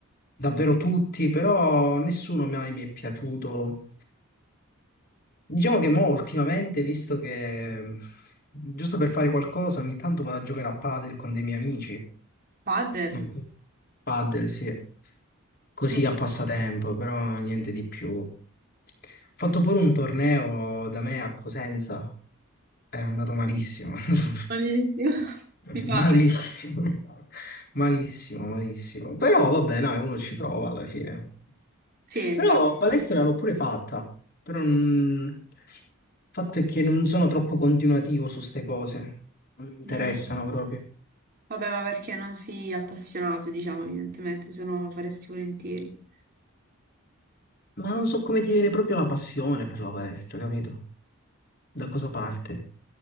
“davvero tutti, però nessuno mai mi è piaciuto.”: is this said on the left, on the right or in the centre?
Left